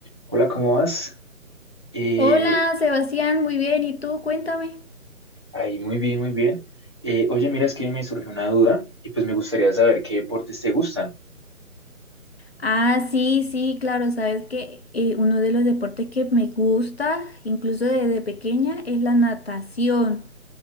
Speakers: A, on the right; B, on the left.
A: Hola, ¿cómo vas? Eh,
B: Hola, Sebastián, muy bien. ¿Y tú? Cuéntame.
A: ahí, muy bien, muy bien. Eh, oye, mira, es que me surgió una duda y pues me gustaría saber qué deportes te gustan.
B: Ah, sí, sí, claro. Sabes que eh, uno de los deportes que me gusta, incluso desde pequeña, es la natación.